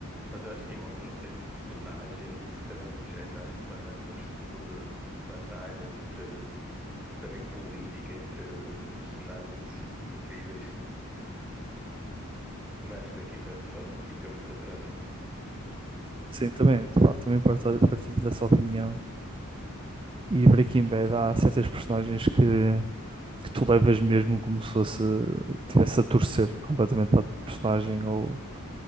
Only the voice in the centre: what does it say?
Mas eu acho que Game of Thrones tem personagens e também género, acho que faz mais o meu estilo de, de batalhas entre, entre também política entre, entre personagens incríveis. Mas Breaking Bad de fato não fica muito atrás.